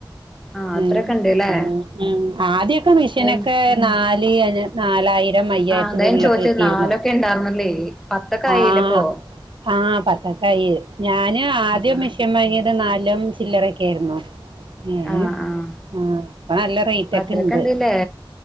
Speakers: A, in the centre; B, on the right (about 75°).
A: ആഹ് അത്രൊക്കെ
B: ഉ
A: ഇണ്ട്ല്ലേ
B: ആഹ് ആദ്യൊക്കെ മെഷീനൊക്കെ
A: ആഹ്
B: നാല് അ നാലായിരം അയ്യായിരത്തിന്റെ
A: അതാ ഞാൻ
B: ഉള്ളിലൊക്കെ
A: ചോദിച്ചത്
B: കിട്ടിയിരുന്നു.
A: നാലൊക്കെ ഇണ്ടാർന്നല്ലേ പത്തൊക്കെ ആയില്ലേപ്പോ
B: ആഹ് ആഹ് പത്തൊക്കായി ഞാനും ആദ്യം
A: ആഹ്
B: മെഷീൻ വാങ്ങിയ നാലും ചില്ലറൊക്കേർന്നു ഏ
A: ആഹ്
B: ആഹ് ഇപ്പ നല്ല റൈറ്റൊക്കെണ്ട്
A: അപ്പൊ അത്രൊക്കെ ഇണ്ട്ല്ലേ